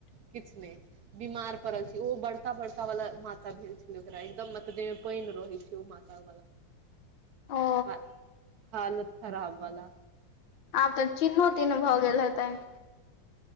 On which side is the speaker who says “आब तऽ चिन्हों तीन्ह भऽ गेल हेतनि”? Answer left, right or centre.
Left